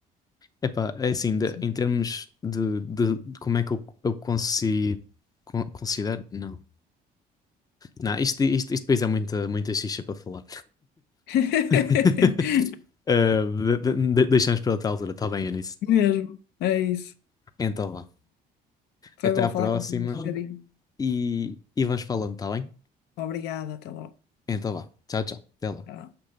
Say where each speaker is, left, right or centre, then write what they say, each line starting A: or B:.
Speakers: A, on the left; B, on the left.
A: Epá, é assim, de-
B: Sim.
A: em termos de, de, de como é que eu, eu consi, con- considero. Não. Não, isto, isto, isto depois é muita, muita xixa para falar.
B: <laughs>
A: <laughs> Ah, de- de- de- deixamos para outra altura, está bem, Eunice?
B: Mesmo, é isso.
A: Então vá.
B: Foi
A: Até
B: bom
A: à
B: falar
A: próxima
B: contigo este bocadinho.
A: e, e vamos falando, está bem?
B: Obrigada, até logo.
A: Então vá. Tchau, tchau. Até logo.
B: Tchau.